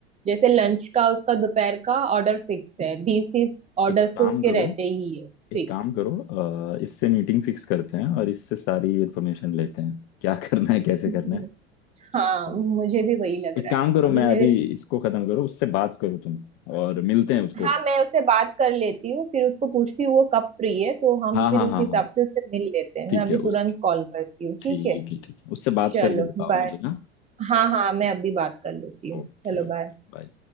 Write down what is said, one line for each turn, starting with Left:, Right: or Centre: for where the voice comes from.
Right: जैसे लंच का उसका दोपहर का ऑर्डर फिक्स है बीस तीस ऑर्डर्स
Left: एक काम
Right: तो उसके
Left: करो
Right: रहते ही है
Left: एक
Right: फिक्स
Left: काम करो अ, इससे मीटिंग फिक्स करते हैं और इससे सारी इन्फॉर्मेशन लेते हैं क्या करना है कैसे
Right: हम्म,
Left: करना है
Right: हाँ
Left: तो
Right: मुझे भी वही लग
Left: एक
Right: रहा
Left: काम
Right: है
Left: करो
Right: अभी
Left: मैं
Right: मेरे
Left: अभी इसको खत्म करो उससे बात करो तुम और मिलते हैं उसको
Right: हाँ मैं उससे बात कर लेती हूँ फिर उसको पूछती हूँ वो कब फ्री है तो हम
Left: हाँ
Right: फिर
Left: हाँ
Right: उस
Left: हाँ
Right: हिसाब
Left: हाँ
Right: से उससे मिल लेते हैं
Left: ठीक
Right: मैं अभी
Left: है
Right: तुरंत
Left: उस
Right: कॉल करती हूँ ठीक
Left: ठीक
Right: है
Left: है ठीक है उससे बात
Right: चलो
Left: करके बताओ
Right: बाय
Left: मुझे ना
Right: हाँ हाँ मैं अभी बात कर लेती हूँ
Left: Okay
Right: चलो
Left: okay
Right: बाय
Left: bye